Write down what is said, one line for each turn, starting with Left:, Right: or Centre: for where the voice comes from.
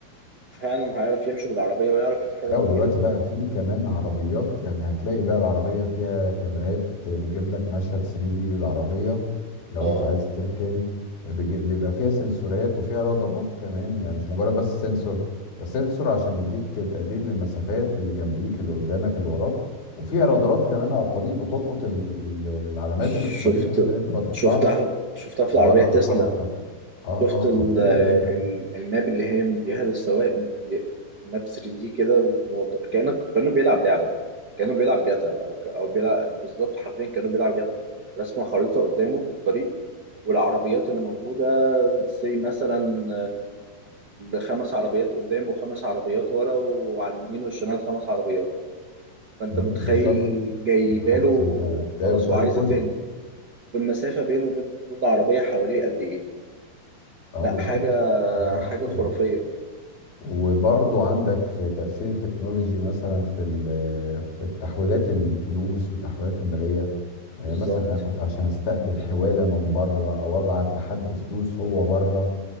Right: فعلا هيعرف يمشي بالعربية ويعرف يتحرك
Left: لا ودلوقتي
Right: بيها و...
Left: بقى في كمان عربيات يعني هتلاقي بقى العربية فيها كاميرات بتجيب لك مشهد 3D للعربية لو
Right: اه
Left: انت عايز تركن بيجي- بيبقى فيها سنسورات وفيها رادارات كمان يعني مش مجرد بس سنسور ده سنسور عشان يديك تقدير للمسافات اللي جنبيك اللي قدامك اللي وراك وفيها رادارات كمان على الطريق بتلقط ال- ال- العلامات
Right: شفت
Left: اللي في الطريق بحيث ان انت ما تطلعش
Right: شفتها شفتها في
Left: بره
Right: العربية تسلا
Left: الحاره بتاعتك اه
Right: شفت
Left: اه
Right: ال-
Left: خطيرة جدا
Right: ال- الماب اللي هي مديها للسواق مدي ماب 3 دي كده وض- كأنك كأنه بيلعب لعبة كأنه بيلعب جاتا أو ك... أو بيلعب بالظبط حرفيا كأنه بيلعب جاتا رسمة خريطة قدامه للطريق والعربيات اللي موجودة زي مثلا خمس عربيات قدام وخمس عربيات ورا وعلى اليمين والشمال خمس عربيات فأنت
Left: مم،
Right: متخيل
Left: بالظبط
Right: جايباله
Left: انت خلاص انت جايب
Right: خلاص
Left: الطريق
Right: هو عايز
Left: كله
Right: إيه تاني والمسافة بينه وبين كل عربية حواليه قد إيه
Left: اه
Right: لا
Left: بالظبط
Right: حاجة
Left: حاجه
Right: حاجة
Left: خطيره
Right: خرافية
Left: وبرضو عندك في تأثير التكنولوجي مثلا في ال- في تحويلات الفلوس وتحويلات المالية يعني
Right: بالظبط
Left: مثلا انا كنت عشان استقبل حوالة من بره او ابعت لحد فلوس هو بره